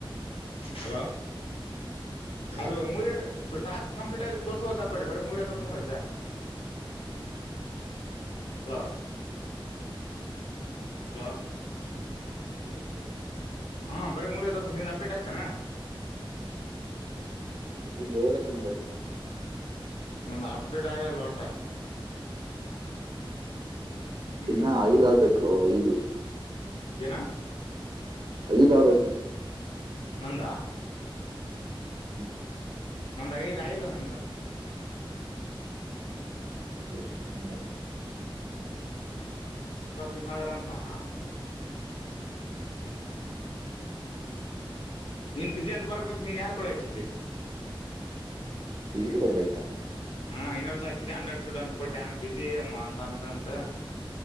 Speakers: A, on the left; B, on the right.
A: ಹಲೋ
B: ರವಿ
A: ಅದು
B: ಮಾಡಿದ
A: ಮೂರರ ಟಾಸ್ಕ್ ಕಂಪ್ಲೀಟ್ ಆಯು ತೋರ್ರಿಸೋಲ್ದಕಡೆ ಬರೀ ಮೂರೇ ತೋರ್ಸ್ಕೊೊಂಡೈತೆ ಅಲೋ ಹಲೋ
B: ಮೂರ್ ತರ್ಷ ಆಯ್ತಾ
A: ಹಾ ಬರೀ ಮೂರದರ್ಸ ನಿಂದ ಅಪ್ಡೇಟ್ ಆಯ್ತಾನ
B: ಅದೇ ಎಏಳ ನೋಡ
A: ನಂದು ಅಪ್ಟೇಟ್ ಆಗ ಲೋಟ ಹ್ಮ್
B: ಇನ್ನ ಆಐದಪ ಐದು
A: ಏನ
B: ಐದಬೇಕು
A: ನಂದ
B: ಹ್ಮ್
A: ನಂದು ಐದು ಆಗಿಲ್ಲ ನಂದು
B: ಚ್ತು <unintelligible>
A: ಹ <inaudible> ಎಂತ ಪಿನ್ನಾದರ ನಾನ ನೀನ್ ಬಿಜ ಅಂತ ಬರಕೋಯ್ತಿ ನೀನ್ ಯಾರ್ ಕಡ ಹೆಚ್ಚತಿ
B: ಬಜಲಿ ಬರ್ದಾಯ್ತಾ
A: ಹಾ ಇನ್ನೊ್ಸ ಆಯತ ಅಂಡರ್ ಸ್ಟೂಡ್ ಅಂತ ಕೊಟ್ಟೆ ಆಮೇಲೆ ಬಿಸಿ ಅಂತ ಅಂತ ಅಂತ